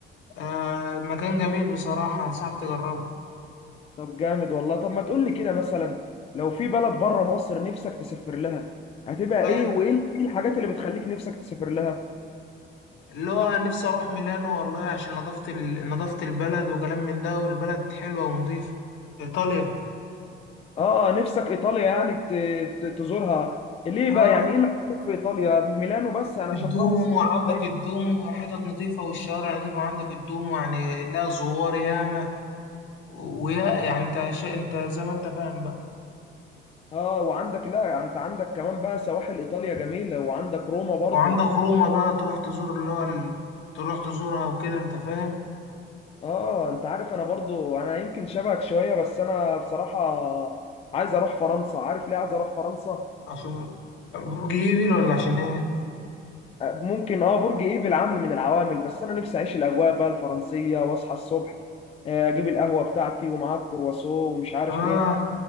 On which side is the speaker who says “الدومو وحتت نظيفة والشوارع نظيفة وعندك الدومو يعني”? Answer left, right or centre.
Left